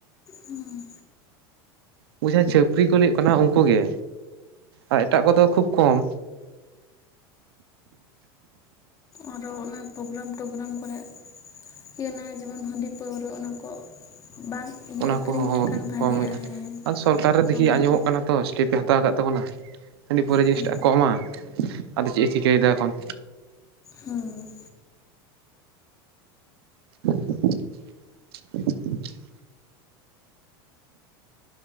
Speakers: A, on the left (about 25°); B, on the right (about 85°).
A: ᱦᱩᱸ,
B: <unintelligible> ᱪᱟᱹᱯᱨᱤ ᱠᱚ ᱞᱮᱭᱚᱜ ᱠᱟᱱᱟ ᱩᱱᱠᱩ ᱜᱮ ᱟᱨ ᱮᱴᱟᱜ ᱠᱚᱫᱚ ᱠᱷᱩᱵ ᱠᱚᱢ᱾
A: ᱟᱨᱚ ᱚᱱᱮ ᱯᱨᱳᱜᱨᱟᱢ ᱴᱳᱜᱨᱟᱢ ᱠᱚᱨᱮᱜ᱾ ᱠᱤᱭᱟᱱᱟᱭ ᱡᱮᱢᱚᱱ ᱦᱟᱺᱰᱤ ᱯᱟᱹᱣᱨᱟᱹ ᱚᱱᱟ ᱠᱚ ᱵᱟᱝ? ᱤᱭᱟᱹ
B: ᱚᱱᱟ
A: ᱟᱹᱠᱷᱨᱤᱧ
B: ᱠᱚ ᱦᱚᱦᱚ
A: ᱞᱮᱠᱷᱟᱱ ᱵᱷᱟᱜᱮᱜᱼᱟ
B: ᱠᱚᱢ ᱦᱩᱭᱩᱜᱼᱟ
A: ᱦᱮᱸ
B: ᱟᱨ ᱥᱚᱨᱠᱟᱨ ᱨᱮ
A: ᱠᱚᱢ
B: ᱫᱤᱠᱷᱤ
A: ᱦᱩᱭᱩᱜᱼᱟ
B: ᱟᱸᱡᱚᱢᱚᱜ ᱠᱟᱱᱟ᱾ ᱛᱚ ᱥᱴᱮᱯᱮ ᱦᱟᱛᱟᱣ ᱠᱟᱫ ᱛᱟᱵᱚᱱᱟ ᱦᱟᱺᱰᱤ ᱯᱟᱹᱭᱨᱟᱹ ᱡᱤᱱᱤᱥ
A: ᱦᱩᱸ
B: ᱴᱟᱜ ᱮ ᱠᱚᱢᱟ ᱟᱫᱚ ᱪᱮᱫ ᱮ ᱪᱤᱠᱟᱹᱭᱮᱫᱟ ᱮᱠᱷᱚᱱ?
A: ᱦᱩᱸ,
B: <unintelligible>